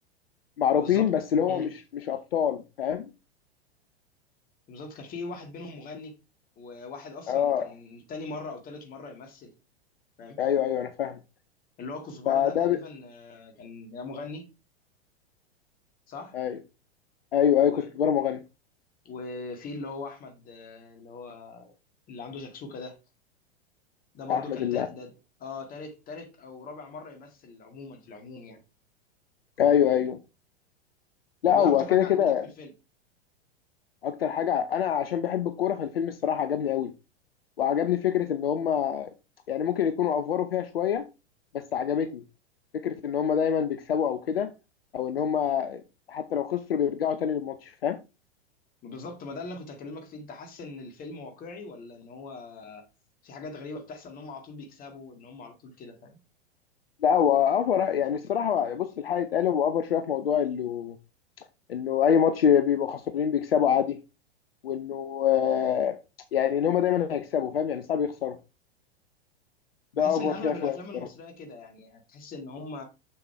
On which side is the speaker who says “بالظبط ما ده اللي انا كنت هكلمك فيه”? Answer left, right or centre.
Left